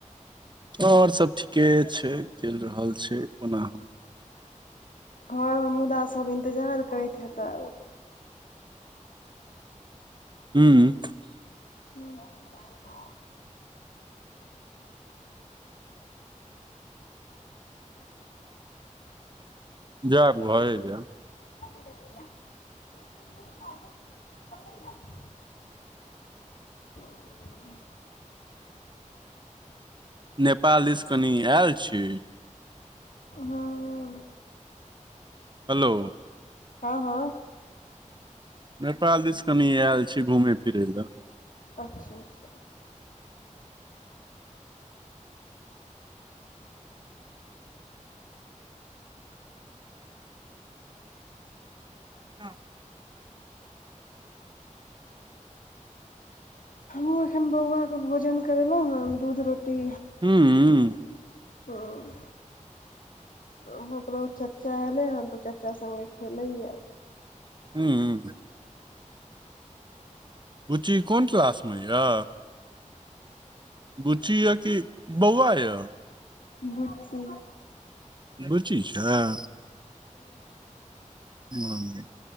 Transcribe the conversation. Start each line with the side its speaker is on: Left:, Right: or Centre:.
Right: और सब ठीके छैय चैल रहल छैय कोना हूं।
Left: घर मे मुदा सब इन्तजार करैत हेता।
Right: हूं-हूं।
Left: हूं मम्मी जाय छौ।
Right: जायब घरे जैब।
Left: <unintelligible> हूं।
Right: नेपाल दीस कनि ऐल छी।
Left: हां।
Right: हेलो।
Left: हां-हां।
Right: नेपाल दिस कनी ऐल छी घुमेय-फिरैय लऽ।
Left: अच्छा-अच्छा।
Right: हां।
Left: हमहूं एखन बौआ के भोजन करेलौं हन दूध रोटी।
Right: हूं। हूं।
Left: हं। ओहो ओकरो चच्चा एलै हन तऽ चच्चा संगे खेलैय या।
Right: हूं। बुच्ची कोन क्लास मे या। बुच्ची य कि बौवा य।
Left: बुच्ची
Right: बुचची छैय।
Left: हूं।
Right: हां